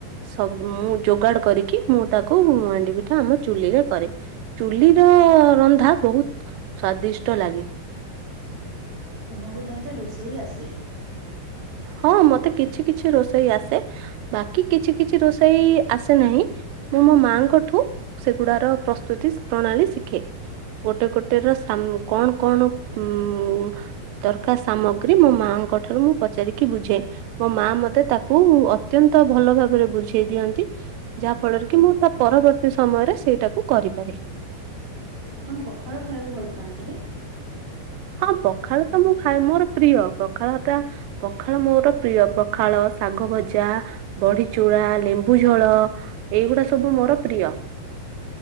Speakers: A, on the right; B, on the right.
A: ସବ ମୁଁ ଯୋଗାଡ କରିକି ମୁଁ ତାକୁ ମୁହାଣ୍ଡି ପିଠା ଆମ ଚୁଲିରେ କରେ। ଚୁଲିର ରନ୍ଧା ବହୁତ ସ୍ଵାଦିଷ୍ଟ ଲାଗେ।
B: ତୁମକୁ ତାହେଲେ ରୋଷେଇ ଆସେ।
A: ହଁ ମତେ କିଛି କିଛି ରୋଷେଇ ଆସେ ବାକି କିଛି କିଛି ରୋଷେଇ ଆସେ ନାହିଁ ମୁଁ ମୋ ମାଙ୍କଠୁ ସେଗୁଡାର ପ୍ରସ୍ତୁତି ପ୍ରଣାଳୀ ଶିଖେ। ଗୋଟେ ଗୋଟେ ର ସାମ। କଣ କଣ ଉମ ଦରକାର ସାମଗ୍ରୀ ମୋ ମାଙ୍କ ଠାରୁ ମୁ ପଚାରି କି ବୁଝେ ମୋ ମା ମତେ ତାକୁ ଅତ୍ୟନ୍ତ ଭଲ ଭାବରେ ବୁଝେଇ ଦିଅନ୍ତି ଯାହା ଫଳରେ କି ମୁଁ ତା ପରବର୍ତ୍ତୀ ସମୟରେ ସେଇଟାକୁ କରିପାରେ।
B: ଆପଣ ପଖାଳ ଖାଇବାକୁ ଭଲ ପାଆନ୍ତି ରାଇଟ।
A: ହଁ ତ। ଖାଳ ତ ମୁଁ ଖାଏ ମୋର ପ୍ରିୟ। ପଖାଳ ଟା ପଖାଳ ମୋର ପ୍ରିୟ ପଖାଳ ଶାଗ ଭଜା ବଢି ଚୁରା ଲେମ୍ବୁଝୋଳ ଏଇଗୁଡା ସବୁ ମୋର ପ୍ରିୟ।